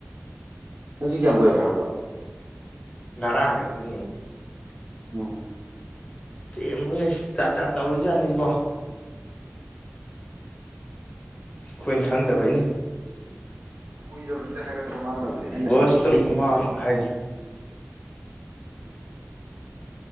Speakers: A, on the right (about 70°); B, on the left (about 30°).
A: ꯅꯪꯁꯤ ꯀꯌꯥꯝ ꯀꯨꯏꯒꯦ ꯍꯥꯞꯄ
B: ꯉꯔꯥꯡꯒꯛꯇꯅꯤ
A: ꯎꯝ
B: ꯑꯦꯦ ꯃꯣꯏꯅ ꯆꯥ ꯆꯥ ꯇꯧꯔꯤꯖꯥꯠꯅꯤꯕꯣ ꯑꯩꯈꯣꯏꯅ ꯈꯪꯗꯕꯩꯅꯦ
A: ꯀꯨꯏꯔꯕꯅꯤꯗ ꯍꯥꯏꯔꯛꯄ ꯃꯥꯅꯕꯨꯗꯤ ꯑꯩꯅ
B: ꯕꯁ ꯂ ꯃꯃꯥꯡ ꯍꯥꯏꯔꯤ